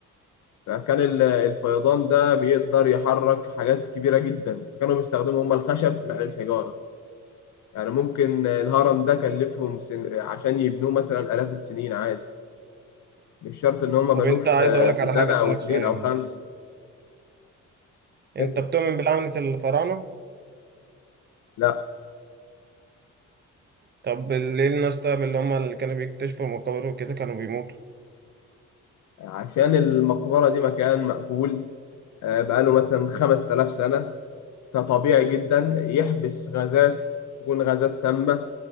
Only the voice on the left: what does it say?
فكان ال- الفيضان ده بيقدر يحرك حاجات كبيرة جدا فكانوا بيستخدموا هم الخشب في نقل الحجارة يعني ممكن الهرم ده كلفهم سن... عشان يبنوه مثلا آلاف السنين عادي مش شرط إن هم
بنوه
في
في
سنة
أو
اتنين
أو خمسة تسعة.
لا
عشان المقبرة دي مكان مقفول آه، بقاله مثلا 5000 سنة فطبيعي جدا يحبس غازات تكون غازات سامة